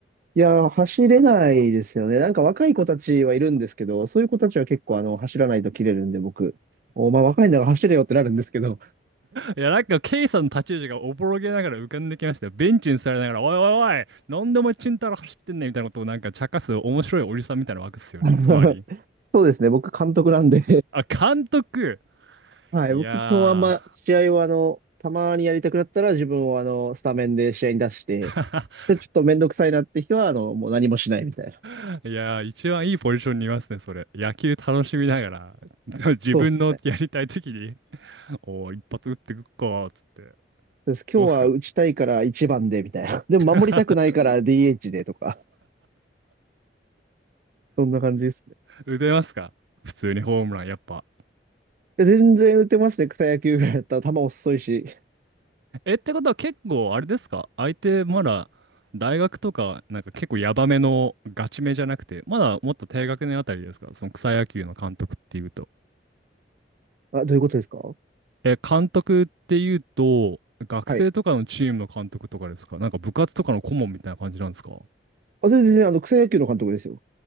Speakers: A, on the right; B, on the right.
A: いや、走れないですよね。なんか若い子たちはいるんですけど、そういう子たちは結構あの走らないと切れるんで、僕、お前若いんだから走れよってなるんですけど、
B: いや、なんか、ケイさんの立ち位置がおぼろげながら浮かんできましたよ。ベンチに座りながら、おいおいおい、なんでお前チンタラ走ってんねんみたいなことをなんか茶化す面白いおじさんみたいなわけですよね。
A: <laughs>
B: つまり。
A: そうですね、僕監督なんで
B: あ、監督
A: はい。
B: いや
A: 僕、基本はあんま試合はあの、たまにやりたくなったら自分をあの、スタメンで試合に出して、
B: ー。
A: で、ちょっとめんどくさいなって日はあの、もう何もしないみたいな。
B: <laughs> いやー、一番いいポジションにいますね、それ。野球楽しみながら、<laughs> 自分のやりたい時に
A: そうっすね。
B: おー一発打ってくっか、つって。
A: です。今日は打ちたいから一番でみたいな。
B: どうっすか
A: <laughs> でも守りたくないから
B: <laughs>
A: DH でとか、そんな感じですね。
B: 打てますか普通にホームラン、やっぱ。
A: で全然打てますね。草野球ぐらいだったら球遅いし。
B: え、ってことは結構、あれですか相手、まだ、大学とか、なんか結構ヤバめのガチめじゃなくて、まだもっと低学年あたりですかその草野球の監督っていうと。
A: あ、どういうことですか
B: え、監督っていうと、学生とかのチームの監督とかですかなんか部活とかの顧問みたいな感じなんですか
A: はい。あ、全然あの、草野球の監督ですよ。